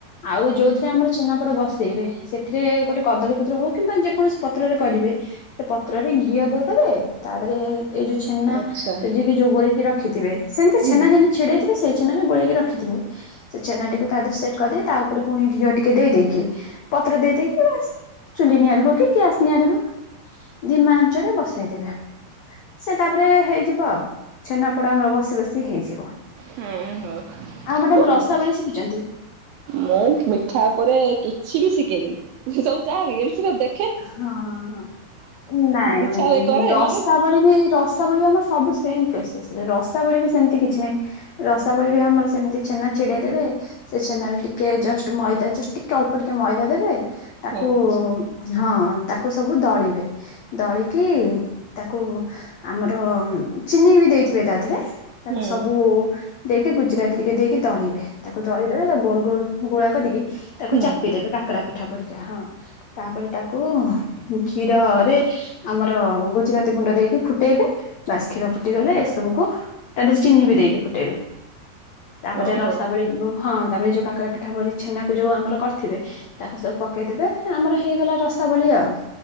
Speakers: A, on the left (about 80°); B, on the right (about 75°).
A: ଆଉ ଯୋଉ ସେଥିରେ ଆମର ଛେନାପୋଡ ବସେଇବେ ସେଥିରେ ଗୋଟେ କଦଳୀ ପତ୍ର ହଉ କିମ୍ବା ଯେକୌଣସି ପତ୍ରରେ କରିବେ ସେ ପତ୍ରରେ ଘିଅ ଦେଇଦେବେ ତାପରେ, ଏଇ ଯୋଉ ଛେନା
B: ଆଚ୍ଛା
A: ସୁଜି ବି ଯୋଉ ଗୋଳେଇକି ରଖିଥିବେ, ସେମତି
B: ହଁ
A: ଛେନା ଯେମିତି ଛିଡେଇଥିବେ ସେଇ ଛେନାରେ ଗୋଳେଇକି ରଖିଥିବେ। ସେ ଛେନାଟିକୁ ତା ଦେହରେ ସେଟ କରିଦେଇ, ତା ଉପରେ ପୁଣି ଘିଅ ଟିକେ ଦେଇ ଦେଇଦେଇକି ପତ୍ର ଦେଇଦେଇକି ବାସ ଚୁଲି ନିଆଁରେ ହଉ କି ଗ୍ୟାସ ନିଆଁରେ ହଉ ଦିମାଞ୍ଚରେ ବସେଇଦବେ। ସେ ତାପରେ ହେଇଯିବ ଛେନାପୋଡ଼ ଆମର ବସି ବସି ହେଇଯିବ।
B: ହୁଁ ହଉ
A: ଆଉ ମ୍ୟାଡାମ
B: ବନ୍ଦ
A: ରସାବଳି ଶିଖିଛନ୍ତି?
B: ମୁଁ ମିଠା ଉପରେ କିଛି ବି ଶିଖିନି, ସବୁ ଯାହା ରିଲ୍ସରେ ଦେ
A: ହଁ ହଁ ନାଇଁ
B: ଇଚ୍ଛା
A: ନାଇଁ
B: ହୁଏ କରେ
A: ରସାବଳୀ
B: ନହେଲେ ସେ
A: ବି ରସାବଳି ଆମ ସବୁ ସେମ ପ୍ରୋସେସରେ ରସାବଳି ବି ସେମିତି କିଛି ନାହିଁ। ରସାବଳିରେ ଆମର ସେମିତି ଛେନା ଛିଡେଇ ଦେବେ ସେ ଛେନାରେ ଟିକେ ଜଷ୍ଟ ମଇଦା ଟିକେ ଅଳ୍ପ ଟିକେ ମଇଦା ଦେବେ ତାକୁ
B: ଆଚ୍ଛା
A: ହଁ ତାକୁ ସବୁ ଦଳିବେ। ଦଳିକି ତାକୁ ଆମର ଚିନି ବି ଦେଇଥିବେ ତାଥରେ ତାକୁ
B: ହୁଁ
A: ସବୁ ଦେଇକି ଗୁଜୁରାତି ଟିକେ ଦେଇକି ଦଳିବେ। ତାକୁ ଦଳିଦେବେ ତାକୁ ଗୋଲ ଗୋଲ ଗୋଳା କରିକି, ତାକୁ
B: ହୁଁ
A: ଚାପି ଦେବେ କାକରା ପିଠା ପରିକା। ହଁ ତାପରେ ତାକୁ କ୍ଷୀରରେ ଆମର ଗୁଜୁରାତି ଗୁଣ୍ଡ ଦେଇକି ଫୁଟେଇବେ ବାସ କ୍ଷୀର ଫୁଟିଗଲେ ସେ ସବୁ କୁ ତାଦେହେ ଚିନି ବି ଦେଇକି ଫୁଟେଇବେ, ତାପରେ
B: ଓହୋ।
A: ରସାବଳୀ ହଁ ତାପରେ ଯୋଉ କା କାକରା ପିଠା ପରି ଛେନାକୁ ଯୋଉ ଆମର କରିଥିବେ, ତାକୁ ସବୁ ପକେଇଦେବେ ଆମର ହେଇଗଲା ରସାବଳୀ ଆଉ।